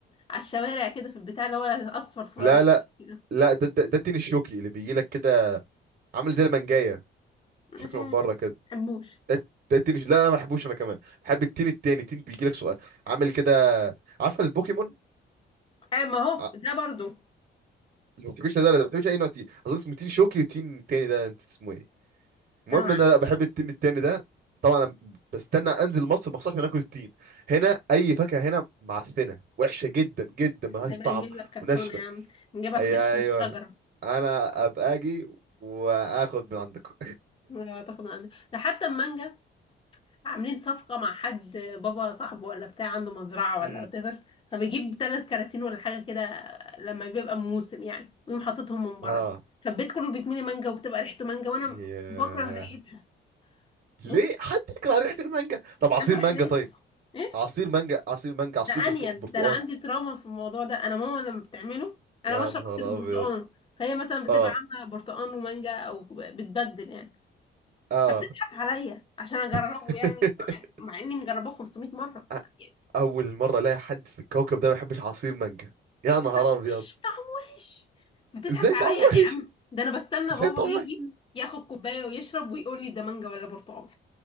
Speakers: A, on the left; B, on the right.
A: على الشوارع كده في البتاع اللي هو اصفر في
B: لا لا
A: كده
B: لا ده ده, ده التين الشوكي اللي بيجي لك كده عامل زي المانجايه
A: مش
B: شكله من بره كده
A: بحبوش
B: ده ده التين لا انا ما بحبوش انا كمان بحب التين التاني تين بيجي لك سؤال عامل كده عارفه البوكيمون
A: أي ما هو
B: ع-
A: ده برضو
B: اللي ما بتحبش ده ولا ده ما بتحبش اي نوع تين اظن اسمه تين شوكي والتين التاني ده انت اسمه ايه المهم
A: أنا عارفة.
B: ان انا لا بحب التين التاني ده طبعا أنا بستنى انزل مصر مخصوص عشان اكل التين هنا اي فاكهه هنا معفنه وحشه جدا جدا ملهاش
A: نبقى
B: طعم
A: نجيب لك كرتونة
B: وناشفه
A: يا عم نجيبها
B: ايوه
A: فريش من
B: ايوه
A: الشجرة
B: انا ابقى اجي واخد من عندكم
A: لو تاخد من عندنا ده حتى المانجا عاملين صفقة مع حد بابا صاحبه ولا بتاع عنده مزرعة
B: <laughs>
A: ولا whatever فبيجيب ثلاث كراتين ولا حاجة كده لما بيبقى موسم يعني ويقوم حاططهم من بره
B: ها
A: فالبيت كله بيتملي مانجا وبتبقى ريحته مانجا وانا
B: ياه.
A: بكره ريحتها
B: ليه
A: بص
B: حد يكره ريحة المانجا طب عصير
A: انا ما
B: مانجا
A: بحبهاش
B: طيب
A: ايه
B: عصير مانجا عصير مانجا
A: ده
B: عصير برتق...
A: انيل
B: برتقان
A: ده انا عندي تراما في الموضوع ده انا ماما لما بتعمله انا
B: يا
A: بشرب
B: نهار
A: عصير البرتقال
B: ابيض
A: فهي مثلا بتبقى
B: اه
A: عامله برتقال ومانجا او بتبدل يعني
B: اه
A: فبتضحك عليا عشان اجربه
B: <laughs>
A: يعني مع اني مجرباه 500 مره
B: أ-
A: يعني
B: اول مرة الاقي حد في الكوكب ده ما يحبش عصير مانجا يا نهار
A: طعم
B: ابيض
A: وحش طعم وحش بتضحك
B: ازاي
A: عليا
B: طعم وحش
A: يا عم ده انا بستنى
B: ازاي
A: بابا
B: طعم
A: يجي
B: وحش
A: ياخد كوبايه ويشرب ويقول لي ده مانجا ولا برتقال